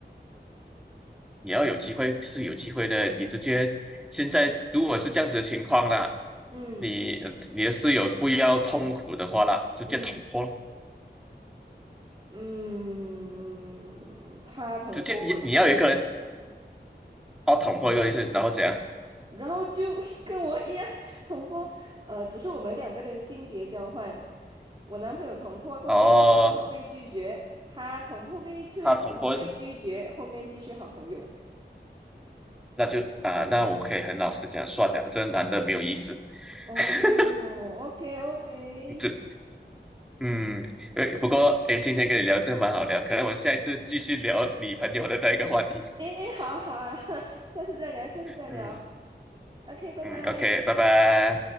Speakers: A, in the centre; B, on the right.
A: 你要有机会是有机会的。你直接现在如果是这样子的情况啦，
B: 嗯
A: 你你的室友不要痛苦的话啦，直接捅破咯，
B: 嗯嗯，他捅破过一次。
A: 直接你你要有一个人哦捅破一个意思，然后怎样？
B: 然后就 <laughs> 跟我一样同坡，呃，只是我们两个人性别交换。我男朋友同坡过一次，
A: 哦，
B: 然后被拒绝；他同坡过一次，
A: 他捅破一次，
B: 然后被拒绝，后面继续好朋友。
A: 那就啊、那我可以很老实讲，算了，这个男的没有意思。
B: 哦，OK
A: <laughs>
B: OK，
A: 这嗯，诶不过哎，诶今天跟你聊这蛮好聊，可能我们下一次继续聊你朋友的那一个话题。
B: 哎哎诶，好好啊，<laughs> 下次再聊，下次再聊
A: 嗯。
B: ，OK，拜拜。
A: 嗯，OK，拜拜。